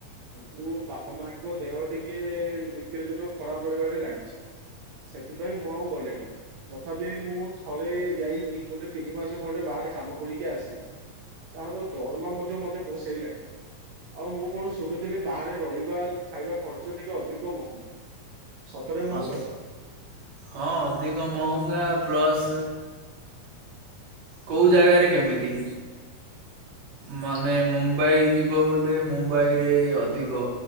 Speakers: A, on the right; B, on the right.
A: କିନ୍ତୁ ବାପା ମାଙ୍କ ଦେହ ଟିକେ ନିତ୍ୟ ଦିନ ଖରାପ ରହିବାରେ ଲାଗିଛି। ସେଥିପାଇଁ ମୁଁ ଆଉ ଗଲିଣିି। ତଥାପି ମୁଁ ଥରେ ଯାଇକି ଗୋଟେ ତିି ମାସ ଖଣ୍ଡେ ବାହରେ କାମ କରିକି ଆସିଲି। ତାହାର ଦରମା ମଧ୍ୟ ମତେ ପୋଷେଇଲାନି। ଆଉ ମୁଁ କଣ ଶୁଣିଥିଲି ବାହାରେ ରହିବା ଖାଇବା ଖର୍ଚ୍ଚ ଟିକେ ଅଧିକ ମହଙ୍ଗା। ସତରେ ମହଙ୍ଗା
B: ଅଧ
A: ନୁହଁ?
B: ହଁ ଅଧିକ ମହଙ୍ଗା ପ୍ଲସ୍ କୋଉ ଜାଗାରେ କେମିତି? ମାନେ ମୁମ୍ବାଇ ଯିବ ବୋଲେ ମୁମ୍ବାଇରେ ଅଧିକ